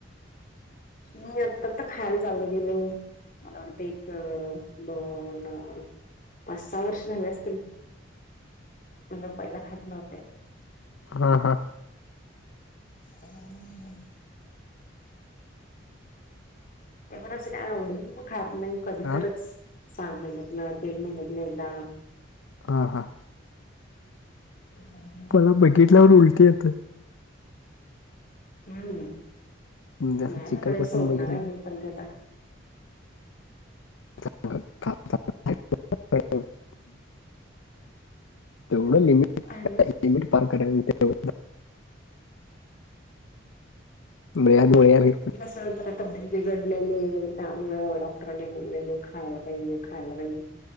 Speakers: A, on the left; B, on the left.
A: हम्म मी आता आता खायला चालू केलो. मला वाटते एक दोन पाच सहा वर्ष झाले असतील? नाही तर पहिला खात नव्हते.
B: हा हा.
A: हम्म. ते पण असं काय आवडत नाही, खात नाही कधी
B: हा
A: तरचं सहा महिन्यातनं तीन महिन्यातनं एकदा.
B: हा हा.
A: हम्म.
B: पण बघितल्यावर उलटी येतय.
A: हम्म
B: जसं
A: नाही
B: चिकन मटन
A: <unintelligible> सोडणारे
B: बघितलं
A: मी
B: की
A: पण ते आता.
B: <unintelligible> तेवढं लिमिट
A: हॅलो
B: लिमिट पार <unintelligible> <unintelligible>
A: जरा तब्येत बिघडलेली त्यामुळं डॉक्टरांनी बोललेले खायला पाहिजे खायला पाहिजे.